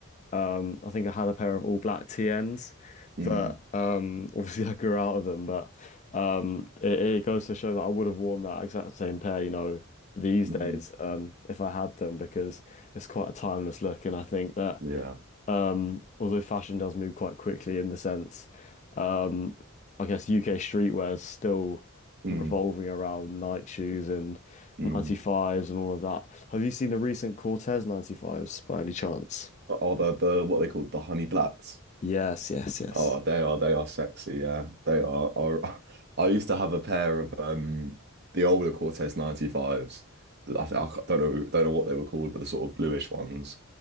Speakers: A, on the left (about 30°); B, on the right (about 45°).
A: Um, I think I had a pair of all black TNs,
B: mm,
A: but um, obviously <laughs> I grew out of them. But um, it, it goes to show that I would have worn that exact same pair, you know, these
B: mm,
A: days um, if I had them because it's quite a timeless look. And I think that
B: yeah.
A: um, although fashion does move quite quickly in the sense, um, I guess UK streetwear is still
B: Mm,
A: revolving around Nike shoes and
B: mm.
A: 95s and all of that. Have you seen the recent Cortez 95s by any chance?
B: Are the the what they call the honey blacks?
A: Yes, yes, yes.
B: Oh, they are they are sexy, yeah. They are, are <laughs> I used to have a pair of um the older Cortez 95s. I, th- I ca- don't know don't know what they were called, but the sort of bluish ones.